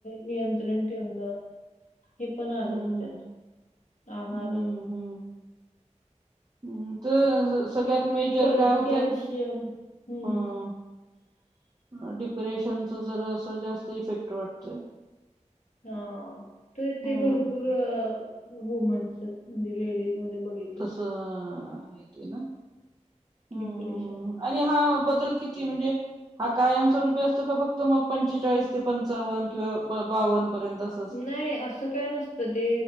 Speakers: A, on the left (about 80°); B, on the right (about 30°).
A: नियंत्रण ठेवणं हे पण आलंचं
B: हम्म
A: त्यात आहार
B: हम्म हम्म तर सगळ्यात मेजर
A: परत
B: काय होतय
A: कॅल्शियम हम्म
B: हं डिप्रेशनच जर असं जास्त इफेक्ट वाटतोय.
A: हा तर ते
B: हम्म
A: भरपूर वुमन्स म्हणजे लेडीज मध्ये बघित
B: तसं हे ते ना हम्म
A: डिप्रेशन
B: आणि हा बदल किती म्हणजे हा कायमस्वरूपी असतो का फक्त मग पंचेचाळीस पंचावन्न किंवा बावन्न पर्यंत अस
A: नाही असं काय नस तं ते